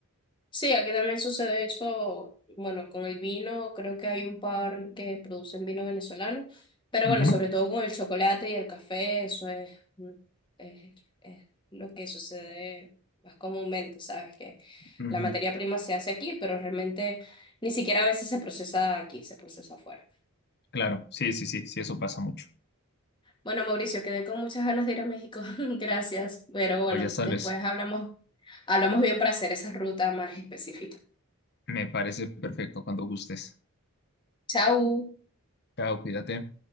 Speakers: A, on the left; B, on the left.
A: Sí, aquí también sucede, de hecho, bueno, con el vino, creo que hay un par que producen vino venezolano, pero
B: Ujú,
A: bueno, sobre todo con el chocolate y el café, eso es, mm, es, es lo que sucede más comúnmente, ¿sabes? Que
B: ujú.
A: la materia prima se hace aquí, pero realmente ni siquiera a veces se procesa aquí, se procesa afuera.
B: Claro, sí, sí, sí, sí, eso pasa mucho.
A: Bueno, Mauricio, quedé con muchas ganas de ir a México, <laughs> gracias, pero bueno,
B: Pues ya sabes,
A: después hablamos, hablamos bien para hacer esa ruta más específica.
B: me parece perfecto cuando gustes.
A: Chao.
B: Chao, cuídate.